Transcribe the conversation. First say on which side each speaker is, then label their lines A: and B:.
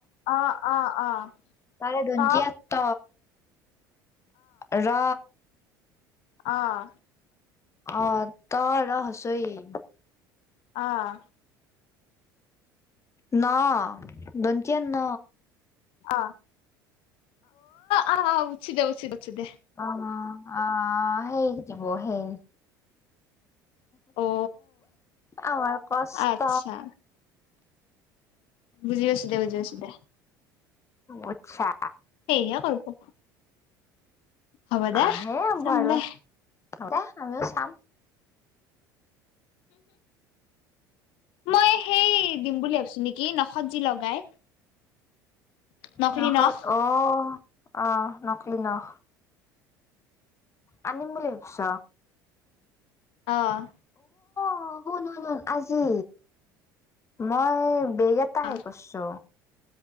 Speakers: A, on the left (about 55°); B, on the left (about 25°).
A: অ অ অ
B: তাৰে দন্ত্য
A: ত
B: থ। ৰ।
A: অহ।
B: অ 'ত' 'ৰ' ই।
A: অহ।
B: 'ন' দন্ত্যিয় ন।
A: অ অ অ উচিদে উচিত উচ দে।
B: অ অ সেই য ব সেই।
A: অ
B: আমাৰ কষ্ট।
A: আচ্ছা বুজি আছ দে বুজি আছ দে।
B: আটচ্ছা।
A: সেয়ে কৰব, হব দে
B: অ', সেই হ'ব
A: চাম
B: আৰু
A: দে।
B: দে আমিও চাম।
A: মই সেই, দিম বুলি ভাবিছো নেকি নখত যি লগাই। নকলি
B: নখত
A: নখ
B: অ আহ নকলি নখ আনিম বুলি ভাবিছ
A: আহ্
B: অ শুনু আজি মই বেগ এটাহে
A: অ
B: কৰিছো